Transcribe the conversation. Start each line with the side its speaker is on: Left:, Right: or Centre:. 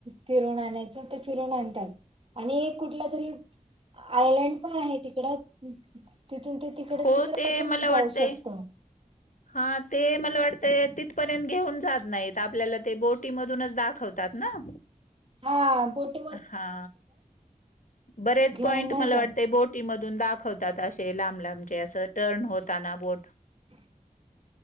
Right: फिरून आणायचं ते फिरून आणतात आणि एक कुठला तरी आयलंड पण आहे तिकडं तिथून ते तिकडं
Left: हो
Right: तिकडं
Left: ते
Right: पण
Left: मला
Right: जाऊ
Left: वाटतंय
Right: शकतो <inaudible>
Left: हा ते मला वाटतं तिथपर्यंत घेऊन जात नाहीत आपल्याला ते बोटीमधूनच दाखवतात ना
Right: हा पोटे
Left: हा बरेच
Right: घेऊन
Left: पॉइंट
Right: नाही
Left: मला
Right: जात
Left: वाटतंय बोट टीम मधून दाखवतात असे लांब लांबचे असं टर्न होताना बोट
Right: <inaudible>